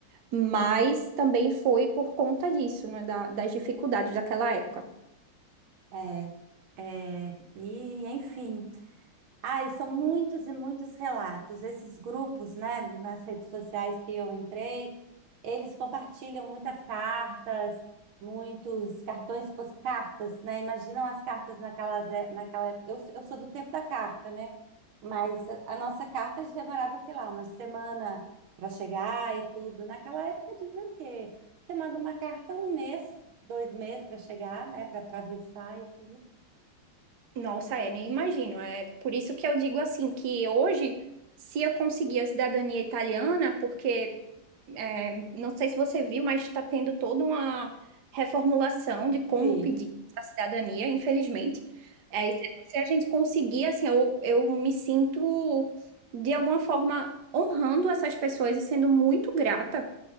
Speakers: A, on the right; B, on the right.
A: mas também foi por conta disso, né, da- das dificuldades daquela época.
B: É, é, e enfim. Ai, são muitos e muitos relatos. Esses grupos, né, nas redes sociais que eu entrei, eles compartilham muitas cartas, muitos cartões, pos- cartas, né? Imaginam as cartas naquelas, é- naquela época. Eu, sou- eu sou do tempo da carta, né? Mas a a nossa carta demorava, sei lá, uma semana para chegar e tudo. Naquela época devia o quê? Você manda uma carta um mês, dois meses para chegar, né? Para atravessar e tudo.
A: Nossa, é, nem imagino. É por isso que eu digo assim, que hoje, se eu conseguir a cidadania italiana, porque é, não sei se você viu, mas está tendo toda uma reformulação de como
B: Sim.
A: pedir a cidadania, infelizmente. É, e se se a gente conseguir, assim, eu, eu me sinto, de alguma forma, honrando essas pessoas e sendo muito grata